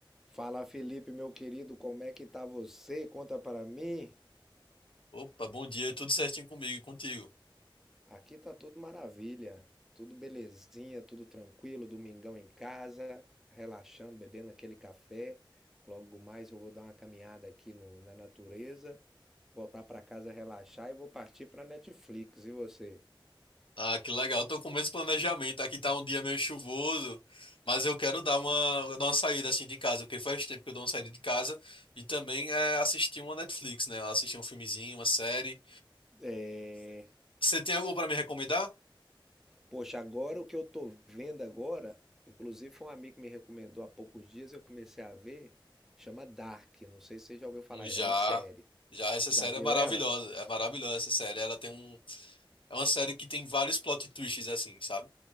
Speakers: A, in the centre; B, on the left (about 75°).
A: Fala Felipe, meu querido, como é que tá você? Conta para mim.
B: Opa, bom dia, tudo certinho comigo e contigo.
A: Aqui tá tudo maravilha, tudo belezinha, tudo tranquilo, domingão em casa, relaxando, bebendo aquele café. Logo mais eu vou dar uma caminhada aqui no- na natureza, voltar para casa relaxar e vou partir para Netflix. E você?
B: Ah, que legal, tô com o mesmo planejamento. Aqui tá um dia meio chuvoso, mas eu quero dar uma, dar uma saída assim de casa, porque faz tempo que eu dou uma saída de casa e também é, assistir uma Netflix, né? Assistir um filmezinho, uma série.
A: É...
B: Você tem algo pra me recomendar?
A: Poxa, agora o que eu tô vendo agora, inclusive foi um amigo que me recomendou há poucos dias, eu comecei a ver, chama Dark, não sei se você já ouviu falar,
B: Hum, Já,
A: é uma série.
B: já essa
A: Já
B: série
A: viu
B: é maravilhosa,
A: ela?
B: é maravilhosa essa série. Ela tem um, é uma série que tem vários plot twists assim, sabe?